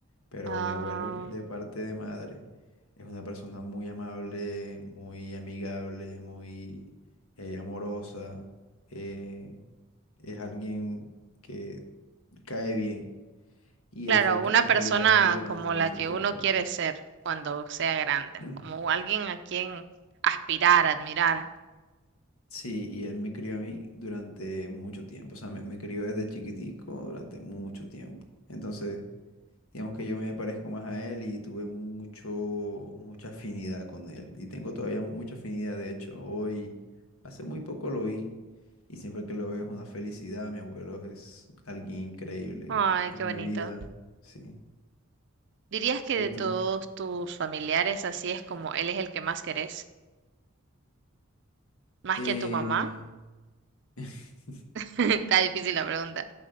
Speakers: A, on the left; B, on the right.
A: Pero
B: Ah,
A: mi abuelo, de parte de madre, es una persona muy amable, muy amigable, muy eh, amorosa. eh, es alguien que cae bien. Y
B: Claro,
A: él fue el
B: una
A: que me
B: persona
A: crió a mí durante
B: como
A: mucho
B: la que
A: tiempo.
B: uno quiere ser cuando sea grande,
A: <clears throat>
B: como alguien a quien aspirar, admirar.
A: Sí, y él me crió a mí durante mucho tiempo. O sea, me, me crió desde chiquitico durante mucho tiempo. Entonces, Digamos que yo me parezco más a él y tuve mucho, mucha afinidad con él. Y tengo todavía mucha afinidad, de hecho, hoy, hace muy poco lo vi y siempre que lo veo es una felicidad. Mi abuelo es alguien increíble
B: Ay,
A: en
B: qué bonito.
A: mi vida, sí.
B: ¿Dirías que
A: ¿Y
B: de
A: tú?
B: todos tus familiares así es como él es el que más querés, más
A: Eh...
B: que a tu mamá?
A: <laughs>
B: Está difícil la pregunta,